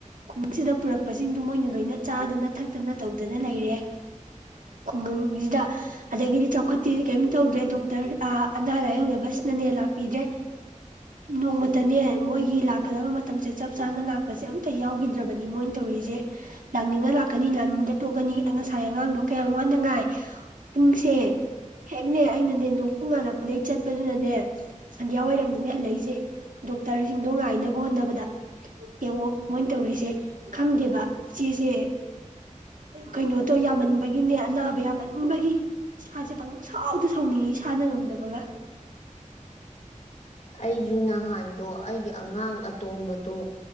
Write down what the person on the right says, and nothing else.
ꯈꯨꯟꯁꯤꯗ ꯄꯨꯔꯛꯄꯁꯤꯡꯗꯨ ꯃꯣꯏꯅ ꯂꯣꯏꯅ ꯆꯥꯗꯅ ꯊꯛꯇꯅ ꯇꯧꯗꯅ ꯂꯩꯔꯦ ꯈꯨꯟꯒꯪꯒꯤꯗ ꯑꯗꯒꯤ ꯆꯥꯎꯠꯄꯗꯤ ꯀꯔꯤꯝ ꯇꯧꯗ꯭ꯔꯦ ꯗꯣꯛꯇꯔ ꯑꯥ ꯑꯅꯥ ꯂꯥꯏꯌꯦꯡꯕꯁꯤꯅꯅꯦ ꯂꯥꯛꯄꯤꯗ꯭ꯔꯦ ꯅꯣꯡꯃꯇꯅꯦ ꯃꯣꯏꯒꯤ ꯂꯥꯛꯀꯗꯕ ꯃꯇꯝꯖꯦ ꯆꯞ ꯆꯥꯅ ꯂꯥꯛꯄꯁꯦ ꯑꯃꯇ ꯌꯥꯎꯒꯤꯗ꯭ꯔꯕꯅꯤ ꯃꯣꯏ ꯇꯧꯔꯤꯖꯦ ꯂꯥꯛꯅꯤꯡꯉ ꯂꯥꯛꯀꯅꯤ ꯂꯥꯛꯅꯤꯡꯗ꯭ꯔꯥ ꯇꯣꯛꯀꯅꯤ ꯉꯁꯥꯏ ꯑꯉꯥꯡꯗꯣ ꯀꯌꯥ ꯋꯥꯅ ꯉꯥꯏ ꯎꯨꯡꯖꯦ ꯍꯦꯛꯅꯦ ꯑꯩꯅꯅꯦ ꯅꯣꯡ ꯐꯨꯡ ꯉꯥꯂꯛꯄꯗꯒꯤ ꯆꯠꯄꯗꯨꯅꯅꯦ ꯁꯟꯗꯤꯌꯥ ꯋꯥꯏꯔꯝꯗꯅꯦ ꯍꯂꯛꯏꯖꯦ ꯗꯣꯛꯇꯔꯖꯤꯡꯗꯣ ꯉꯥꯏꯅꯕ ꯍꯣꯠꯅꯕꯗ ꯌꯦꯡꯉꯣ ꯃꯣꯏ ꯇꯧꯔꯤꯖꯦ ꯈꯡꯗꯦꯕ ꯢꯆꯦꯖꯦ ꯀꯩꯅꯣꯇꯣ ꯌꯥꯃꯟꯕꯒꯤꯅꯦ ꯑꯅꯥꯕ ꯌꯥꯃꯟꯕꯒꯤ ꯏꯁꯥꯖꯦ ꯄꯡꯁꯥꯎꯗ ꯁꯥꯎꯅꯤꯡꯉꯤ ꯏꯁꯥꯅ ꯉꯝꯗꯕꯒ꯫